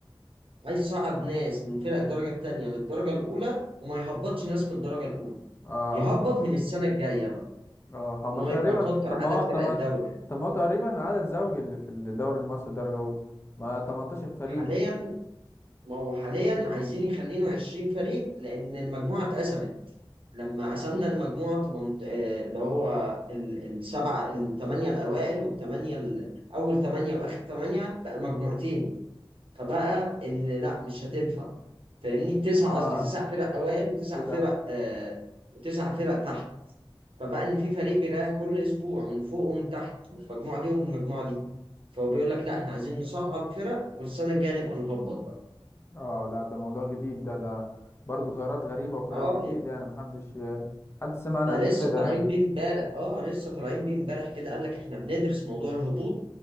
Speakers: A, on the right (about 75°); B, on the left (about 25°).
A: عايز يصعد ناس من فرق الدرجة التانية للدرجة الأولى وما يهبطش ناس من الدرجة الأولى
B: اه
A: يهبط من السنة الجاية بقى
B: اه هما
A: إن هو
B: تقريبا
A: يبقى كتر
B: طب
A: عدد
B: ما هو طب
A: فرق
B: ما
A: الدوري
B: طب ما هو تقريبا عدد زوجي اللي في الدوري المصري درجة أولى ما 18 فريق
A: حاليا ما هو حاليا عايزين يخلينه 20 فريق لأن المجموعة اتقسمت لما قسمنا المجموعة 8 اللي هو ال- السبعة الثمانية الأوائل والثمانية ال- أول ثمانية وآخر ثمانية بقى مجموعتين فبقى إن لا مش هتنفع فاهمني تسع
B: اه
A: قصدي تسع فرق أوائل وتسع
B: للأسف
A: فرق آه وتسع فرق تحت فبقى ان في فريق بيريح كل اسبوع من فوق ومن تحت من المجموعه دي ومن المجموعه دي فهو بيقول لك لا احنا عايزين نصعد فرق والسنه الجايه نبقى نهبط بقى
B: اه لا ده موضوع جديد ده ده برضه قرارات غريبة وقرارات
A: اه
B: جديدة
A: يعني
B: يعني محدش حد سمع عنها
A: ده
B: قبل
A: لسه
B: كده
A: طالعين
B: يعني
A: بيه امبارح اه لسه طالعين بيه امبارح كده قال لك احنا بندرس موضوع الهبوط